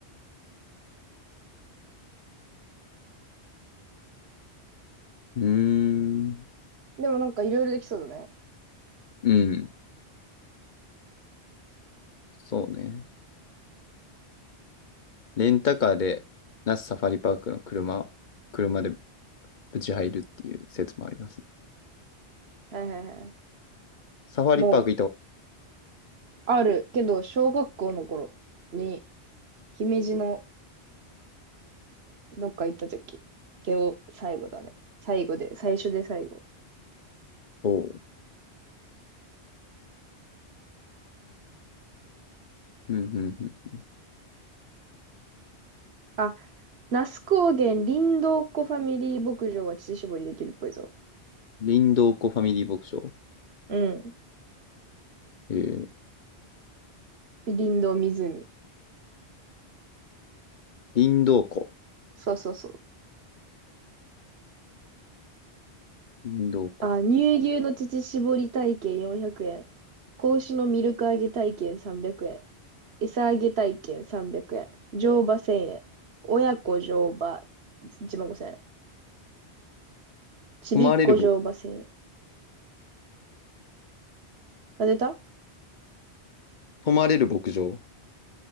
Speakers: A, on the left; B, on the right.
A: う。うーん。
B: でもなんかいろいろできそうだね。
A: うん。そうね。レンタカーで、那須サファリパークの車、車でぶち入るっていう説もあります。
B: はいはいはい。
A: サファリパーク行った
B: もう、あるけど、小学校の頃に、姫路のどっか行った時、手を最後だね。最後で、最初で最後。
A: おおう。うん、うん、うん。
B: あ、那須高原林道湖ファミリー牧場は乳搾りできるっぽいぞ。
A: 林道湖ファミリー牧場。
B: うん。
A: えー、
B: 林道湖。
A: 林道湖。
B: そうそうそう。
A: 林道湖。
B: あ、乳牛の乳搾り体験400円。子牛のミルク揚げ体験300円。餌揚げ体験300円。乗馬1000円。親子乗馬1万5000円。ちびっこ乗馬制。
A: 泊まれるぼ、
B: なぜた
A: 泊まれる牧場。